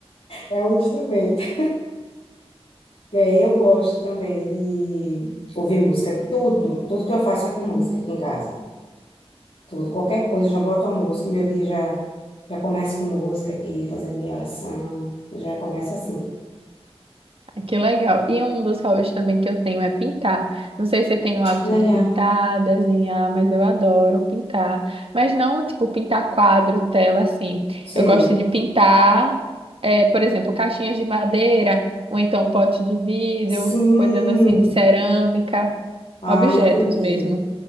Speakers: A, on the left (about 75°); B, on the right (about 60°).
A: É um instrumento. É, eu gosto também de ouvir música. Tudo, tudo que eu faço é com música aqui em casa. Tudo, qualquer coisa, eu já boto uma música, meu dia já, já começa com música aqui, fazendo minha oração. Já começa assim.
B: Que legal. E um dos hobbies também que eu tenho é pintar. Não sei se tem o hábito
A: Legal.
B: de pintar, desenhar, mas eu adoro pintar. Mas não, tipo, pintar quadro, tela, assim.
A: Sei.
B: Eu gosto de pintar, é, por exemplo, caixinhas de madeira, ou então pote de vidro,
A: Sim.
B: coisas assim de cerâmica,
A: Ah,
B: objetos
A: entendi.
B: mesmo.